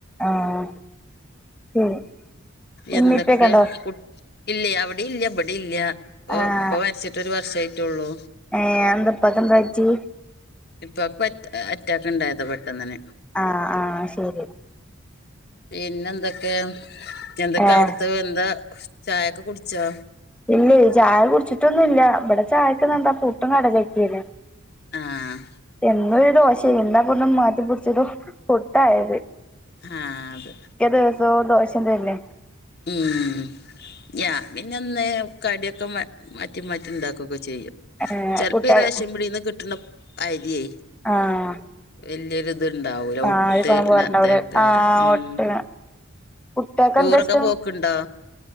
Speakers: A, in the centre; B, on the left.
A: ആഹ് <unintelligible>
B: എന്തൊക്കെ
A: ഇമ്മീം ഇപ്പെക്കെണ്ടോ
B: കു ഇല്ല അവടെ ഇല്ല ഇവടെ ഇല്ല പ്പോ
A: ആഹ്
B: ഇപ്പ മരിച്ചി ട്ടോര് വർഷയിട്ടുള്ളൂ
A: ഏഹ് എന്താ ഇപ്പാക്ക് എന്താ പറ്റി
B: ഇപ്പാക്ക് പ്പഅറ്റാക്ക് ഇണ്ടായത് പെട്ടന്നന്നെ
A: ആഹ് ആഹ് ശരി
B: പിന്നെ എന്തൊക്കെ എന്തൊക്കെ
A: ഏഹ്
B: അവിടുത്തെ എന്താ ചായക്കെ കുടിച്ചോ?
A: ഇല്ല്യേ ചായ കുടിച്ചിട്ടൊന്നുല്ല ഇവടെ ചായക്ക് ഇന്ന് എന്താ പൂട്ടും കടലിം ആ‌ക്കിണ്
B: ആഹ്
A: എന്നും ഒരു ദോശ ഇന്നാ ഒന്ന് മാറ്റിപിടിച്ചൊരു പുട്ടായത്
B: ആഹ് അത്
A: ക്ക ദിവസവും ദോശ തന്നെ
B: ഉം ഞാൻ പിന്നെന്ന് കടിക്കെ മാറ്റി മാറ്റി ഇണ്ടാക്കൊക്കെ ചെയ്യും
A: ഏഹ്
B: ചെൽപ്പ
A: കുട്ട്യാൾ
B: ഈ റേഷ പിടിന്ന് കിട്ട്ണ അരിയെ
A: ആഹ്
B: വല്യൊരു ത്ണ്ടാവൂല
A: ആഹ്
B: ഒട്ട്ണെ
A: ഒരിക്കൊന്നും പോവാറുണ്ടാവൂല
B: തേക്കാരം
A: ആഹ്
B: ഉം
A: ഒട്ടക കുട്ട്യാക്ക്
B: ടൂറൊക്കെ
A: എന്താ ഇഷ്ടം?
B: പോക്ക്ണ്ടോ